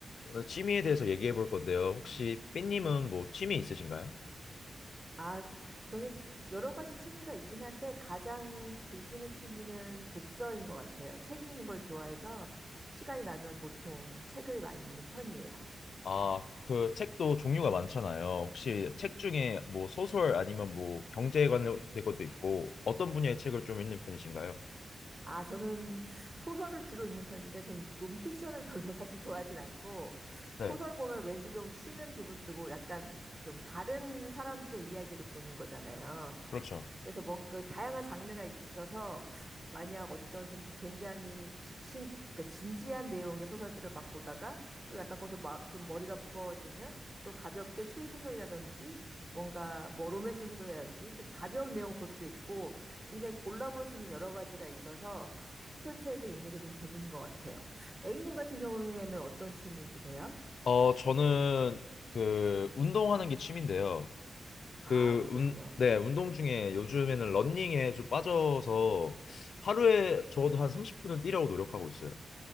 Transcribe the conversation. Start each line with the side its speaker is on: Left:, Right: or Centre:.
Left: 오늘 취미에 대해서 얘기해 볼 건데요. 혹시 삐님은 뭐 취미 있으신가요?
Right: 아, 저는 여러 가지 취미가 있긴 한데 가장 즐기는 취미는 독서인 것 같아요. 책 읽는 걸 좋아해서 시간이 나면 보통 책을 많이 읽는 편이에요.
Left: 아, 그 책도 종류가 많잖아요. 혹시 책 중에 뭐 소설 아니면 뭐 경제에 관련된 것도 있고 어떤 분야의 책을 좀 읽는 편이신가요?
Right: 아, 저는 소설을 주로 읽는 편인데 저는 논픽션은 별로 <laughs> 사실 좋아하진 않고
Left: 네,
Right: 소설 보면 왠지 좀 쉬는 기분도 들고 약간 좀 다른 사람들의 이야기를 보는 거잖아요.
Left: 그렇죠.
Right: 그래서 뭔그 다양한 장르가 있어서 만약 어떤 좀 굉장히 지- 신 그러니까 진지한 내용의 소설들을 막 보다가 또 약간 거기서 마, 좀 머리가 무거워지면 또 가볍게 추리 소설이라든지 뭔가 뭐 로맨스 소설이라든지 좀 가벼운 내용을 볼 수도 있고 굉장히 골라볼 수 있는 여러 가지가 있어서 소설책을 읽는 게 좀 재밌는 것 같아요. A님 같은 경우에는 어떤 취미 있으세요?
Left: 어, 저는 그 운동하는 게 취미인데요.
Right: 아,
Left: 그
Right: 운동이요.
Left: 운, 네, 운동 중에 요즘에는 러닝에 좀 빠져서 하루에 적어도 한 30분은 뛰려고 노력하고 있어요.